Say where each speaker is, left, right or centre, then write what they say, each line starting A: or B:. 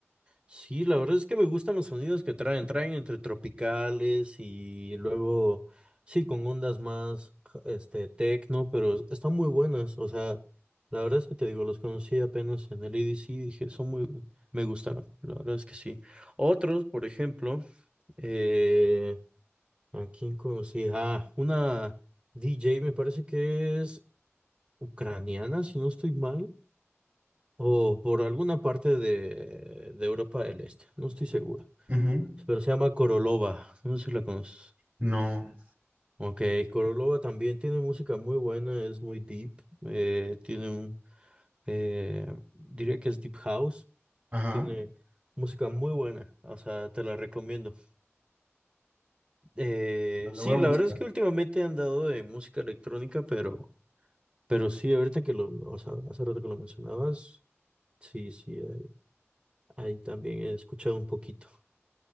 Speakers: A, on the right; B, on the right.
A: sí, la verdad es que me gustan los sonidos que traen. Traen entre tropicales y luego, sí, con ondas más, ja- este, tecno, pero es- están muy buenas. O sea, la verdad es que te digo, los conocí apenas en el EDC y dije, son muy, me gustaron. La verdad es que sí. Otros, por ejemplo. Eh, ¿a quién conocí? Ah, una DJ me parece que es ucraniana, si no estoy mal, o por alguna parte de, de Europa del Este, no estoy seguro.
B: Ujú.
A: Pero se llama Korolova, no sé si la conoces.
B: No,
A: Ok, Korolova también tiene música muy buena, es muy deep, eh, tiene un, eh, diría que es deep house,
B: ajá.
A: tiene música muy buena, o sea, te la recomiendo. Eh,
B: Me Lo
A: sí,
B: voy
A: la
B: a buscar.
A: verdad es que últimamente han dado de música electrónica, pero, pero sí, ahorita que lo, o sea, hace rato que lo mencionabas, sí, sí, ahí, ahí también he escuchado un poquito.